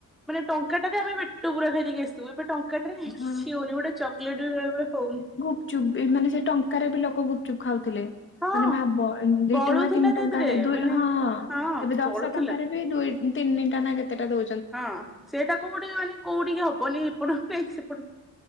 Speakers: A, in the centre; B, on the left.
A: ମାନେ ଟଙ୍କାଟା ବି ଆମେ ବା ପେଟ ପୁରା ଖାଇଦେଇକି ଆସିଥିବୁ। ଏବେ ଟଙ୍କାଟାରେ କିଛି
B: ହଁ।
A: ହଉନି। ଗୋଟେ ଚକଲେଟ ବି ବେଳେବେଳେ ହଉନି।
B: ଗୁଚୁପ ମାନେ ସେ ଟଙ୍କାରେ ବି ଲୋକ ଗୁପଚୁପ୍ ଖାଉଥିଲେ।
A: ହଁ
B: ମାନେ ଭାବ ଦି
A: ବଳୁଥିଲା
B: ଟଙ୍କା ତିନି
A: ତା
B: ଟଙ୍କାରେ
A: ଦେହରେ
B: ଦୁ
A: ମାନେ
B: ହଁ
A: ହଁ
B: ଏବେ ଦଶ
A: ବଳୁଥିଲା
B: ଟଙ୍କାରେ ବି ଦୁଇ ତିନି ଟା ନା କେତେଟା ଦଉ
A: ହଁ ସେଇଟା କୋଉଠି ମାନେ କୋଉଠି କି ହବନି ଏପଟ ହବନି ସେପଟ